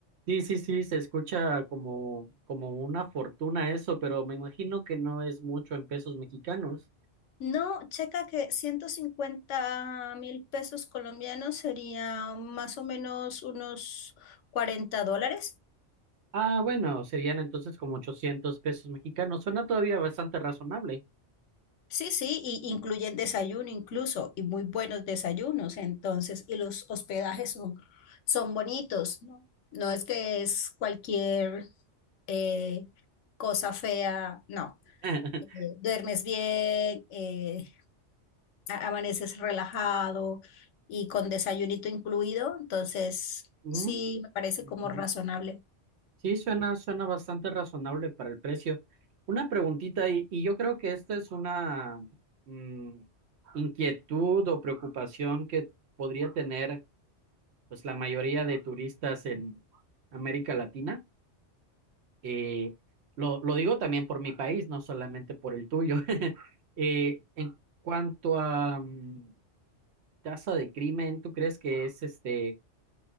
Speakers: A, on the right; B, on the left.
A: Sí, sí, sí, se escucha como, como una fortuna eso, pero me imagino que no es mucho en pesos mexicanos.
B: No, checa que ciento cincuenta mil pesos colombianos sería más o menos unos 40 dólares.
A: Ah, bueno, serían entonces como 800 pesos mexicanos. Suena todavía bastante razonable.
B: Sí, sí, y incluyen desayuno incluso, y muy buenos desayunos, entonces, y los hospedajes son, son bonitos, ¿no? No es que es cualquier eh, cosa fea, no.
A: <laughs>
B: eh, duermes bien, eh, a- amaneces relajado y con desayunito incluido, entonces
A: Mm,
B: sí me parece
A: ujú.
B: como razonable.
A: Sí, suena, suena bastante razonable para el precio. Una preguntita, y, y yo creo que esta es una mm, inquietud o preocupación que podría tener pues la mayoría de turistas en América Latina. Eh, lo, lo digo también por mi país, no solamente por el tuyo. <laughs> Eh, en cuanto a... mm, Casa de crimen, ¿tú crees que es este